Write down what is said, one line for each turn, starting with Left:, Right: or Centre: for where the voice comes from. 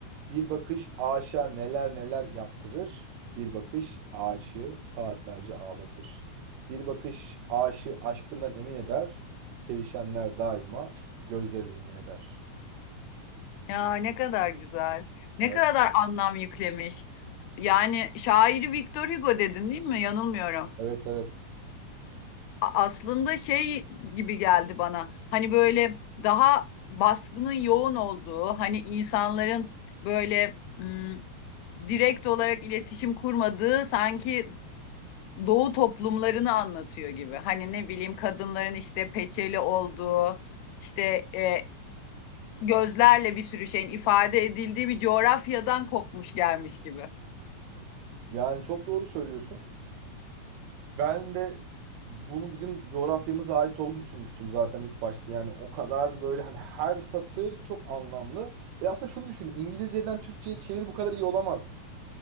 Right: Bir bakış aşığa neler neler yaptırır. Bir bakış aşığı saatlerce ağlatır. Bir bakış aşığı aşkından emin eder. Sevişenler daima gözleriyle yemin eder.
Left: Ya ne kadar güzel. Ne
Right: Evet.
Left: kadar anlam yüklemiş. Yani şairi Victor Hugo dedin değil mi? Yanılmıyorum.
Right: Evet evet.
Left: A- aslında şey gibi geldi bana. Hani böyle daha baskının yoğun olduğu, hani insanların böyle hmm, direkt olarak iletişim kurmadığı sanki doğu toplumlarını anlatıyor gibi. Hani ne bileyim kadınların işte peçeli olduğu, işte e, gözlerle bir sürü şeyin ifade edildiği bir coğrafyadan kopmuş gelmiş gibi.
Right: Yani çok doğru söylüyorsun. Ben de bunu bizim coğrafyamıza ait olduğunu düşünmüştüm zaten ilk başta. Yani o kadar böyle hani her satır çok anlamlı. Ve aslında şunu düşünün. İngilizceden Türkçe'ye çeviri bu kadar iyi olamaz.